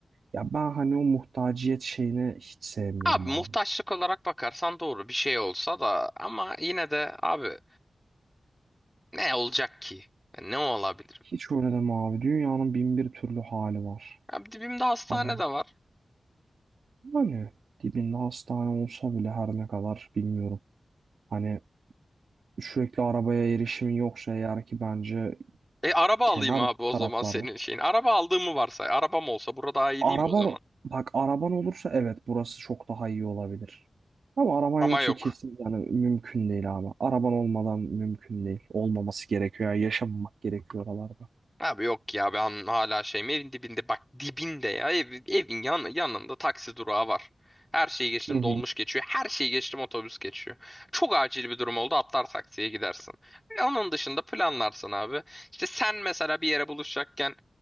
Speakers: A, on the right; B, in the centre.
A: Ya ben hani o muhtaciyet şeyini hiç sevmiyorum
B: Abi
A: abi.
B: muhtaçlık olarak bakarsan doğru bir şey olsa da ama yine de abi ne olacak ki? Yani ne olabilir?
A: Hiç öyle deme abi. Dünyanın bin bir türlü hali var.
B: Abi dibimde hastane
A: Hani
B: de var.
A: hani dibinde hastane olsa bile her ne kadar bilmiyorum. Hani sürekli arabaya erişimin yoksa eğer ki bence
B: E araba
A: kenar
B: alayım abi o
A: taraflarda
B: zaman senin şeyin. Araba aldığımı varsay. Arabam olsa burada daha iyi
A: Araban
B: değil mi o zaman?
A: bak araban olursa evet burası çok daha iyi olabilir. Ama araban
B: Ama
A: yoksa
B: yok.
A: kesin yani mümkün değil abi. Araban olmadan mümkün değil. Olmaması gerekiyor. Yani yaşamamak gerekiyor oralarda.
B: Abi yok ya ben hala şeyim evin dibinde bak dibinde ya ev- evin yan, yanında taksi durağı var. Her şeyi geçtim
A: Hı hı.
B: dolmuş geçiyor. Her şeyi geçtim otobüs geçiyor. Çok acil bir durum oldu atlar taksiye gidersin. E, Onun dışında planlarsın abi. İşte sen mesela bir yere buluşacakken